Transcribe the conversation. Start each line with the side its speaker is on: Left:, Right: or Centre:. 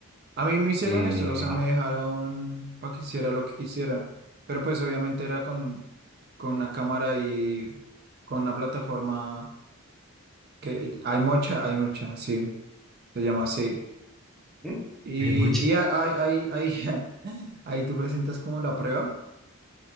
Right: A mí me hicieron
Centre: Eh,
Right: eso, o sea, me dejaron para que hiciera lo que quisiera. Pero pues obviamente era con, con una cámara y con una plataforma que hay mucha, hay mucha, sí, se llama así.
Centre: ¿Mm?
Right: Y,
Centre: hay mucho.
Right: y ahí, ahí, ahí, <laughs> ahí tú presentas como la prueba.